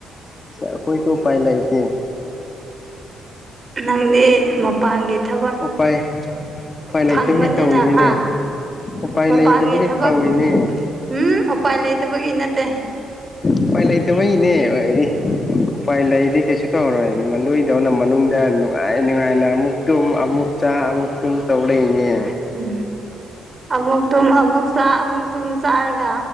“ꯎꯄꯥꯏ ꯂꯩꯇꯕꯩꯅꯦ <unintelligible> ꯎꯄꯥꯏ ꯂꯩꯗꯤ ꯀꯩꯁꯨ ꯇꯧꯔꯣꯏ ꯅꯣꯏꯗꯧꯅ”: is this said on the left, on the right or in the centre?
Left